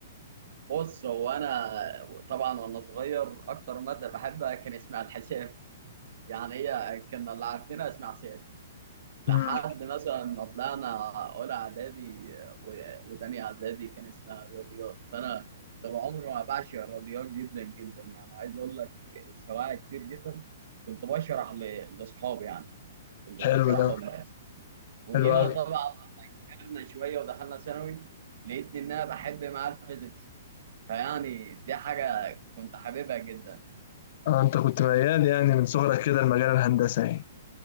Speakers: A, on the right; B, on the left.
A: بص هو انا طبعا وانا صغير اكتر ماده بحبها كان اسمها الحساب يعني هي كنا اللي عارفينها اسمها حساب لحد
B: امم
A: مثلا ما طلعنا اولى اعدادي و- وتانية اعدادي كان اسمها رياضيات فانا طول عمري ما بعشق الرياضيات جدا جدا يعني عايز اقول لك سواعي كتير جدا كنت بشرح ل- لاصحابي يعني كنت بشرح
B: حلو ده
A: لهم بس وجينا
B: حلو قوي
A: طبعا كبرنا شويه ودخلنا ثانوي لقيتني ان انا بحب معاه الفيزيكس فيعني دي حاجه كنت حاببها جدا
B: اه انت كنت ميال يعني من صغرك كده لمجال الهندسه يعني